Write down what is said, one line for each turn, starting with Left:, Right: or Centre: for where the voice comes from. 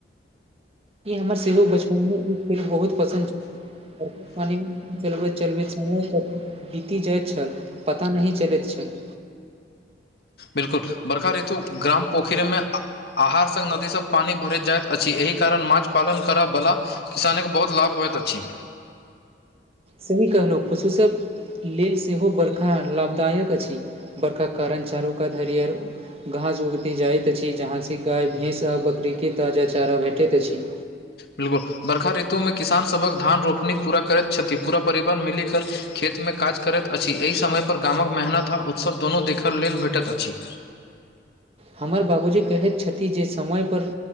Right: ई हमर सेहो बचपन मे ई फिल्म बहुत पसन्द छै पानी चलबैत चलबैत समय बीति जाइत छल पता नहि चलैत छल
Left: बिलकुल बर्खा ऋतु ग्राम पोखरिमे आ आहार स् नदीसँ पानि भरैत जाइत अछि एहि कारण माछ पालन करय बला किसानक बहुत लाभ होयत अछि
Right: सही कहलू पशू सब लेल सेहो बरखा लाभदायक अछि वरखाक कारण चारू कात हरियर घास उगती जाइत अछि जहाँ सँ गाय भैंस आ बकरीके ताजा चारा भेटैत अछि
Left: बिलकुल बर्खा ऋतुमे किसान सभक धान रोपनी पूरा करैत छथि पूरा परिवार मिलि कर खेत में काज करैत अछि एहि समयपर गामक मेहनत आ उत्सव दुनू देखय लेल भेटैत अछि
Right: हमर बाबूजी कहैत छथि जे समयपर